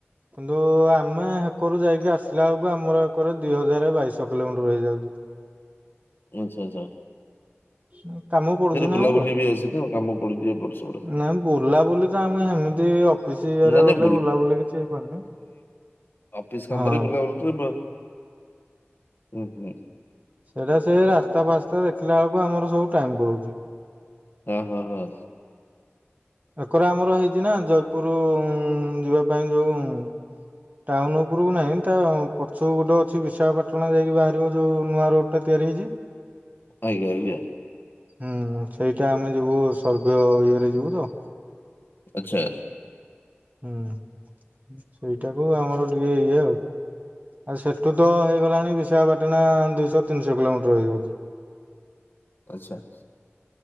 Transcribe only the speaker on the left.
ଆଚ୍ଛା-ଆଚ୍ଛା।
ବୁଲାବୁଲି
ବି ଅଛି ନା କାମ ପଡୁଛି ଏପଟେ ସେପଟେ।
ନା
ନାଇଁ
ଅଫିସ୍ କାମରେ
ବୁଲାବୁଲି <unintelligible>
ଓ-ହୋ-ହୋ।
ଆଜ୍ଞା-ଆଜ୍ଞା।
ଆଚ୍ଛା।
ଆଚ୍ଛା।